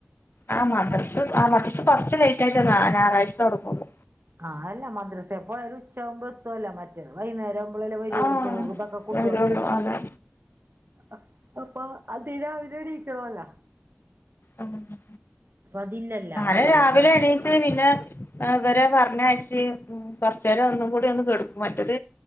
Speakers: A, on the left; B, on the right.
A: ആഹ് മദ്രസ് ആഹ് മദ്രസ് കൊറച്ച് ലേയിറ്റായിട്ടാ നാ ഞായറാഴ്ച തൊടങ്ങുള്ളൂ
B: ആഹ് അല്ലാ മദ്രസ്സേ പോയാലും ഉച്ചാവുമ്പം എത്തുവല്ലോ മറ്റ് റ്റെത് വൈന്നേരം ആവുമ്പളല്ലേ വരുള്ളൂ
A: ആഹ്
B: ചോറുതൊക്കെ കൊണ്ടോണ്ടെ
A: വരുള്ളൂ അതെ
B: ആഹ് അപ്പൊ അതിരാവിലെ എണീക്കണവല്ലോ
A: അതെന്നെ
B: അതില്ലല്ല
A: നാളെ
B: മദ്രസ
A: രാവിലെണീ ട്ട് പിന്നെ ഏഹ് ഇവരെ പറഞ്ഞയച്ച് കൊറച്ചേരം ഒന്നും കൂടി ഒന്ന് കെട്ക്കും മറ്റത്